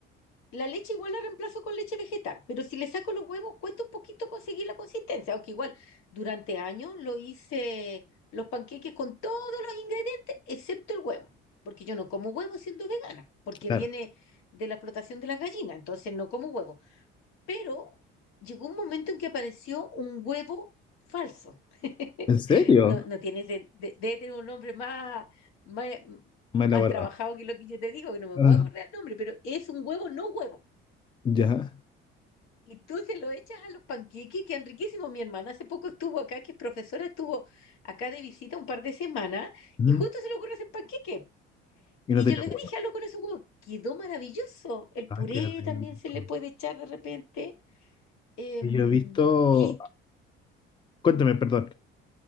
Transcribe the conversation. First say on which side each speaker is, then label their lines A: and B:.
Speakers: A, on the left (about 85°); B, on the left (about 25°).
A: la leche igual la reemplazo con leche vegetal, pero si le saco los huevos, cuesta un poquito conseguir la consistencia, aunque igual durante años lo hice los panqueques con todos los ingredientes, excepto el huevo, porque yo no como huevo siendo vegana, porque
B: Claro.
A: viene de la explotación de las gallinas, entonces no como huevo. Pero llegó un momento en que apareció un huevo falso. <laughs>
B: ¿En serio?
A: No, no tiene, sen- de- debe tener un nombre más, más,
B: Me
A: más
B: he elaborado.
A: trabajado que lo que yo te digo, que no me
B: Ah,
A: puedo acordar el nombre, pero es un huevo no huevo.
B: ya.
A: Y tú se lo echas a los panqueques, que han riquísimos. Mi hermana hace poco estuvo acá, que es profesora, estuvo acá de visita un par de semanas,
B: Ujú.
A: y justo se le ocurre hacer panqueque.
B: Y no
A: Y
B: tenía
A: yo le
B: huevo.
A: dije, hazlo con esos huevos. Quedó maravilloso. El
B: Ah,
A: puré
B: qué rico.
A: también se le puede echar de repente. Em,
B: Y yo he visto...
A: y
B: Cuéntame, perdón.